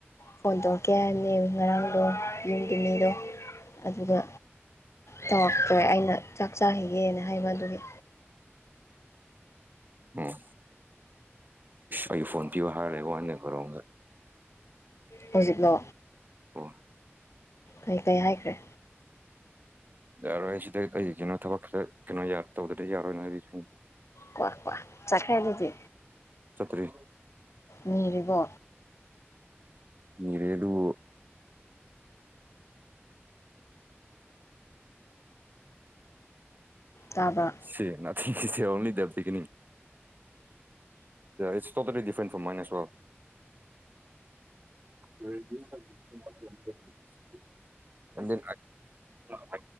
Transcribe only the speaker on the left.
ꯐꯣꯟ ꯇꯧꯔꯛꯀꯦ ꯍꯥꯏꯔꯅꯦ ꯉꯔꯥꯡꯗꯣ ꯌꯨꯝꯒꯤ ꯃꯤꯗꯣ ꯑꯗꯨꯒ ꯇꯧꯔꯛꯇꯦ ꯑꯩꯅ ꯆꯥꯛ ꯆꯥꯈꯤꯒꯦꯅ ꯍꯥꯏꯕ ꯑꯗꯨꯒꯤ
ꯍꯧꯖꯤꯛꯂꯣ
ꯀꯩ ꯀꯩ ꯍꯥꯏꯈ꯭ꯔꯦ
ꯀ꯭ ꯀ꯭ꯋꯥ ꯆꯠꯈ꯭ꯔꯦ ꯑꯗꯨꯗꯤ
ꯅꯤꯔꯤꯕꯣ
ꯇꯥꯕ